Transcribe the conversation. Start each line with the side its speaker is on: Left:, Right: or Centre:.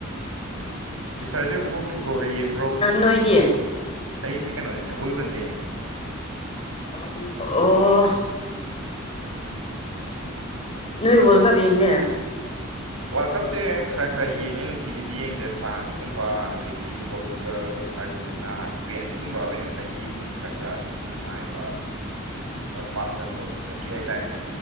Right: ꯆꯁꯔꯁꯤꯕꯨ ꯐꯨꯠꯕꯣꯜꯒ ꯌꯦꯡꯕ꯭ꯔꯣ
Left: ꯅꯣꯏꯗꯤ
Right: ꯑꯩꯗꯤ ꯀꯩꯅꯣꯅꯦ ꯁꯒꯣꯜꯕꯟꯗꯩꯅꯦ
Left: ꯑꯣ ꯅ ꯋꯥꯔꯜ ꯀꯞ ꯌꯦꯅꯦ
Right: ꯋꯥꯔꯜ ꯀꯞꯁꯦ ꯈꯔ ꯈꯔ ꯌꯦꯡꯉꯦ ꯅꯨꯡꯇꯤꯒꯤꯗꯤ ꯌꯦꯡꯗꯦ ꯐ꯭ꯔꯥꯟꯁꯀꯨꯝꯕ ꯑꯗꯒꯤ ꯄꯣꯔꯇꯨꯒꯜ ꯑꯥꯔꯖꯦꯟꯇꯤꯅꯥ ꯁ꯭ꯄꯦꯟ ꯨꯝ ꯈꯔ ꯌꯦꯉꯦ ꯈ ꯈꯔ ꯅꯨꯡꯉꯥꯏꯕ ꯈꯔ ꯄꯥꯝꯖꯕ ꯀꯟꯇ꯭ꯔꯤ ꯍꯥꯏꯇꯥꯔꯦꯅꯦ